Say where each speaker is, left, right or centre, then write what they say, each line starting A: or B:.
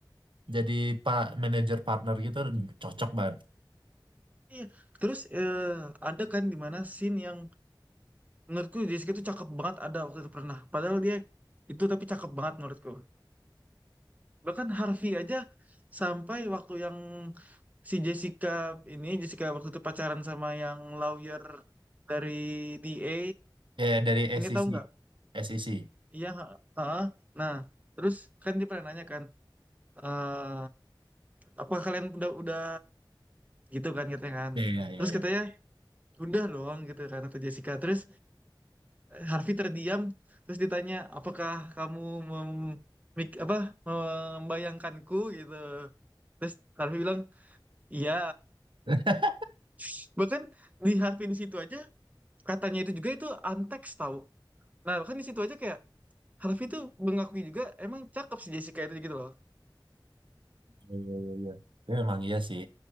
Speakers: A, on the right; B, on the right.
A: Jadi pak manajer partner gitu cocok banget.
B: iya. terus eh, ada kan di mana scene yang menurutku Jessica itu cakep banget ada waktu itu pernah padahal dia itu tapi cakep banget menurutku bahkan Harvey aja sampai waktu yang si Jessica ini Jessica waktu itu pacaran sama yang lawyer dari DA
A: Ya dari
B: ingat
A: SEC.
B: tahu nggak
A: SEC.
B: iya ha- ha. nah terus kan dia pernah nanya kan eh apa kalian udah udah gitu kan katanya kan
A: Iya iya iya
B: terus
A: iya.
B: katanya udah dong gitu kan kata Jessica terus eh, Harvey terdiam terus ditanya apakah kamu mem- mik- apa membayangkanku gitu terus Harvey bilang iya
A: <laughs>
B: <laughs> bahkan di Harvey di situ aja katanya itu juga itu antek tahu nah bahkan di situ aja kayak Harvey tuh mengakui juga emang cakep si Jessica itu gitu loh
A: Iya iya iya. iya. Tapi memang iya sih.